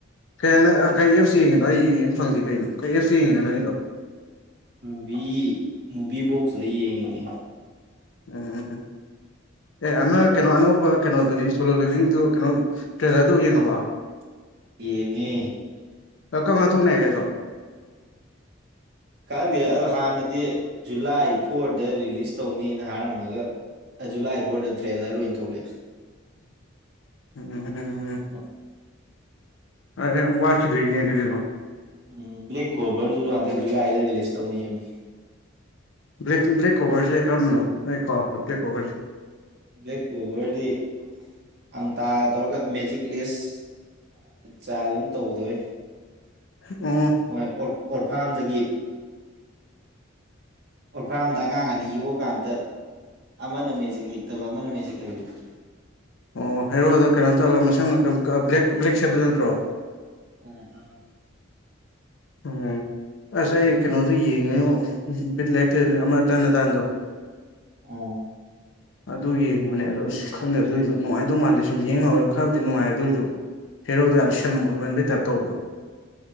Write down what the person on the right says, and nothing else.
ꯃꯨꯚꯤ ꯃꯨꯚꯤ ꯕꯣꯛꯁꯗ ꯌꯦꯡꯉꯤꯅꯦ
ꯌꯦꯡꯉꯤ
ꯈꯪꯗꯦ ꯑꯗꯣ ꯍꯥꯟꯅꯗꯤ ꯖꯨꯂꯥꯏ ꯐꯣꯔꯗ ꯔꯤꯂꯤꯁ ꯇꯧꯅꯤꯅ ꯍꯥꯏꯔꯝꯃꯒ ꯑꯗꯨ ꯂꯥꯛꯏꯐꯥꯎꯗ ꯇ꯭ꯔꯦꯂꯔ ꯂ ꯑꯣꯏꯅ ꯊꯣꯛꯂꯛꯑꯦ
ꯑꯣ
ꯎꯝ ꯕ꯭ꯂꯦꯛ ꯀꯣꯕꯔꯁꯨ ꯍꯟꯗꯛ ꯖꯨꯂꯥꯏꯗ ꯔꯤꯂꯤꯁ ꯇꯧꯅꯤꯕꯅꯤ
ꯕ꯭ꯂꯦꯛ ꯀꯣꯕꯔꯗꯤ ꯑꯝꯇꯥꯒ ꯇꯧꯔꯒ ꯃꯦꯖꯤꯛ ꯂꯦꯁ ꯆꯥꯏ ꯑꯃ ꯇꯧꯗꯣꯏ
ꯃꯣꯏ ꯑꯣꯔꯐꯥꯝꯗꯒꯤ ꯑꯣꯔ ꯐꯥꯝꯗ ꯑꯉꯥꯡ ꯑꯅꯤ ꯌꯣꯛꯑꯀꯥꯟꯗ ꯑꯃꯅ ꯃꯦꯖꯤꯛ ꯍꯩꯇꯕ ꯑꯃꯅ ꯃꯦꯖꯤꯛ ꯍꯩꯕ
ꯑꯣ ꯑ
ꯑ